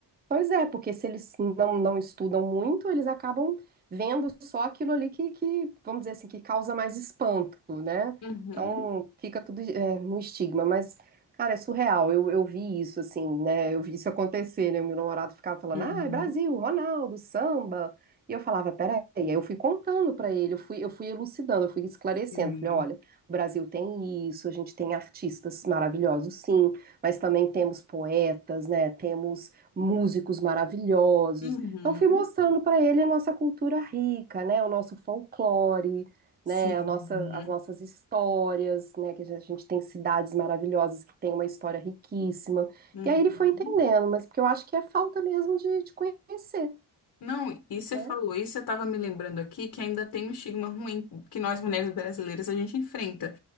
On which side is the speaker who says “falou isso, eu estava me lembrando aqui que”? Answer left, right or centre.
Left